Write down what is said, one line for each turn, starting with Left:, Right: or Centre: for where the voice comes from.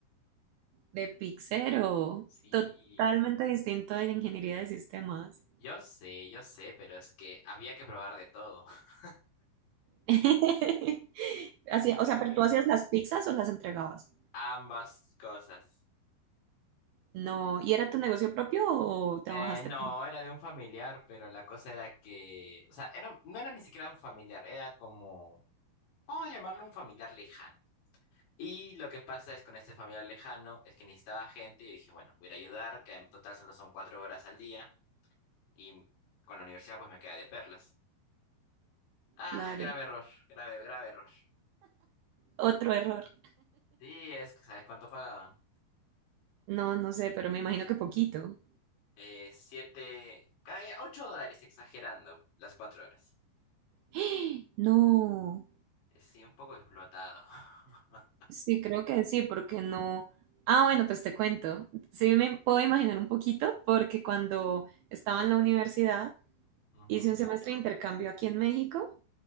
Right: De Pic Cero,
Left: Sí,
Right: totalmente distinto de la ingeniería de sistemas.
Left: yo sé, yo sé, pero es que había que probar de todo. <laughs>
Right: <laughs>
Left: Así
Right: Así,
Left: que
Right: o sea,
Left: bueno,
Right: pero tú hacías las pizzas o las entregabas.
Left: ambas cosas.
Right: No, ¿y era tu negocio propio o trabajaste?
Left: Eh, no, era de un familiar, pero la cosa era que, o sea, era, no era ni siquiera un familiar, era como, vamos a llamarlo un familiar lejano. Y lo que pasa es con este familiar lejano es que necesitaba gente y dije, bueno, voy a ir a ayudar, que en total solo son cuatro horas al día y con la universidad pues me queda de perlas. Ah,
Right: Claro,
Left: grave error, grave, grave error.
Right: otro error.
Left: Sí, es que, ¿sabes cuánto pagaban?
Right: No, no sé, pero me imagino que poquito.
Left: Eh, siete, cada día, ocho dólares exagerando las cuatro horas.
Right: <gasps> No,
Left: Eh, Sí, un poco explotado. <laughs>
Right: sí, creo que sí, porque no. Ah, bueno, pues te cuento. Sí, me puedo imaginar un poquito, porque cuando estaba en la universidad
Left: Ujú.
Right: hice un semestre de intercambio aquí en México